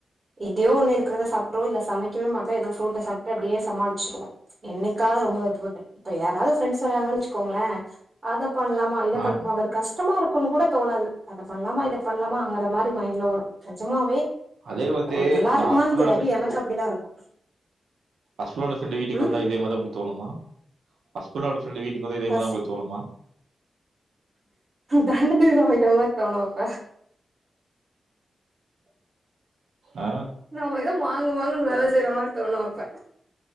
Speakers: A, on the right (about 45°); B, on the right (about 85°).
A: எதையோ ஒண்ணு இருக்குறத சாப்ட்டோ இல்ல சமைக்கவோ மாட்டோ ஏதோ சோத்த சாப் ட்டு அப்டியே சமாளிச்சிருவோ என்னைக்காது ரொம்ப விருப்பப்பட் இப்ப யாராவ்து ஃப்ரண்ட்ஸு வராங்கன் வச்சுக்கோங்களே அதப் பண்லாமா இதப்
B: ஆ
A: பண் அவங்கது கஸ் டமா இருக்குனு கூட தோணாது அதப் பண்லாமா இதப் பண்லாமா அங்குற மாரி மைண்ட்ல ஓடு நெஜமாவே
B: அதே வந்து
A: ஓ எல்லாருக்குமானு
B: நான் ஹஸ்பண்டோட
A: தெரியாது எனக்கு அப்படிதா இருக்கு
B: அஸ்பென்டோட ஃப்ரெண்டு வீட்டுக்கு
A: ம்
B: வந்தா இதேமாரிதா உங்ளுக்கு தோணு மா ஹஸ்பன்டோட ஃப்ர ன்டு வீட்டுக்கு வந்தா இதே
A: பசி
B: மாரிதா உங்களுக்கு தோணுமா
A: தண்டத்துக்கு சமைக்கிற மாரி தோணு அப்ப
B: ஆ
A: நாம எதோ மா ங்கு மாங்குனு வேல செய்ற மாரி தோணு அப்ப